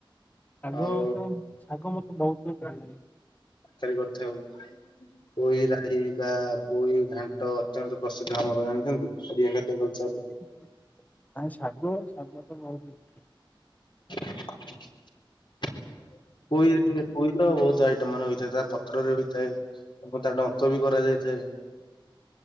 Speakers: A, on the left (about 15°); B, on the left (about 60°).
A: ଶାଗ
B: ଆଉ
A: ତ ଶାଗ ମତେ ବହୁତ <unintelligible> ଲାଗେ।
B: ଖାଲି କଥା ହଉ। ପୋଇ ରାଇ ବା ପୋଇ ଘାଣ୍ଟ ଅତ୍ୟନ୍ତ ପ୍ରସିଦ୍ଧ ଆମର। <unintelligible> କୁହନ୍ତୁ କାଲି ଏଗାରଟା ପଞ୍ଚାରେ
A: ମାନେ ଶାଗ ଶାଗ ତ ବହୁତ
B: ପୋଇ <unintelligible> ପୋଇର ବହୁତ ଆଇଟମ ମାନେ ହୋଇଥାଏ ତା ପତ୍ରରେ ହୋଇଥାଏ ଏବଂ ତାର ଡଙ୍କ ବି କରାଯାଇଥାଏ।